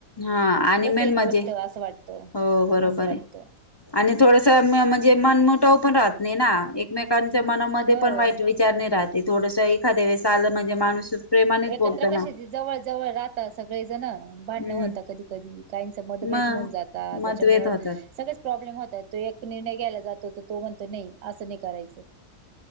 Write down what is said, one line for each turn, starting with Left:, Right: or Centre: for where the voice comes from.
Left: हा आणि
Right: तस
Left: मेन
Right: एक
Left: म्हणजे
Right: गोष्ट असं वाटत
Left: हो बरोबर
Right: असं वाटत
Left: आहे आणि थोडसं म्हणजे मनमठा पण राहत नाही ना एकमेकांच्या मनामध्ये
Right: हो
Left: पण वाईट विचार नाही राहत ते थोडसं एखाद्या वस आलं म्हणजे माणूस प्रेमानेच
Right: एकत्र
Left: बोलतो
Right: कसे
Left: ना
Right: जवळ जवळ राहत सगळे जण
Left: हम्म
Right: भांडण होत कधी कधी काहींच मतभेद
Left: मग
Right: होऊन जातात
Left: मतभेद
Right: त्याच्यामुळे
Left: होतात
Right: सगळच प्रॉब्लेम होतो तो एकदा म्हणतो असं नाही करायचं